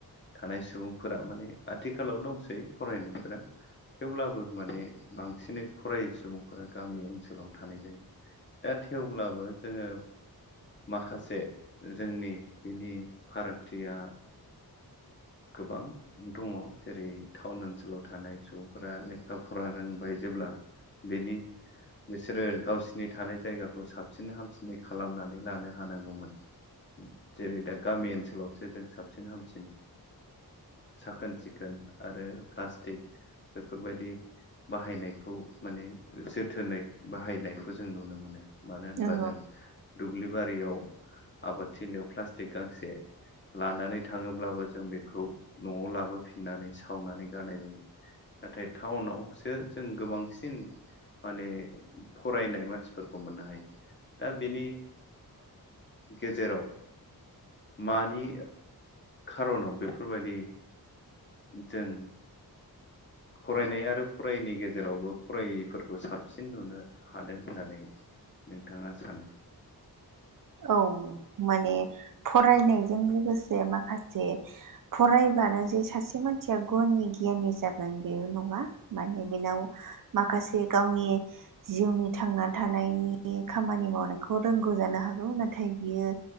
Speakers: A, on the left; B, on the right.
A: थानाय सुबुंफोरा माने आथिखालाव दंसै फरायनायफोरा थेवब्लाबो माने बांसिनै फरायोै सुबुंफोरा गामि ओनसोलाव थानाय जायो दा थेवब्लाबो जोङो माखासे जोंनि बिनि फारागथिया गोबां दङ जेरै टाउन ओनसोलाव थानाय सुबुंफोरा लेखा फरा रोंबाय जेब्ला बेनि बिसोरो गावसिनि थानाय जायगाखौ साबसिन हामसिनै खालामनानै लानो हानांगौमोन जेरै दा गामि ओनसोलावसो जों साबसिन हाम बाबसिन साखोन सिखोन आरो प्लास्टिक बेफोरबायदि बाहायनायखौ माने जोथोनै बाहायनायखौ जों नुनो मोनो मानो होनबा
B: नंगौ
A: जों दुब्लि बारियाव आबादथिलियाव प्लास्टिक गांसे लानानै थाङोब्लाबो जों बेखौ न'आव लाबोफिननानै सावनानै गारनाय जायो नाथाय टाउनावसो जों गोबांसिन माने फरायनाय मानसिफोरखौ मोननो हायो दा बिनि गेजेराव मानि खार'नाव बेफोरबायदि जों फरायनाय आरो फरायैनि गेजेरावबो फरायैफोरखौ साबसिन नुनो हादों होननानै नोंथाङा सानो
B: औ माने फरायनायजों लोगोसे माखासे फरायबानो जे सासे मानसिया गनि गियानि जागोन बे नङा माने बेनाव माखासे गावनि जिउनि थांना थानायनि खामानि मावनायखौ रों नांगौ जानो हागौ नाथाय बियो